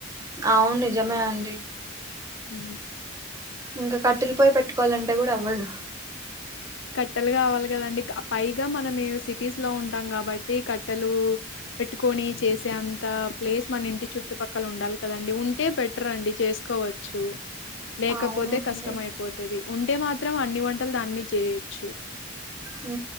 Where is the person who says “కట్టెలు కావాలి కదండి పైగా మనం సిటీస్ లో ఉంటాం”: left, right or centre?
Left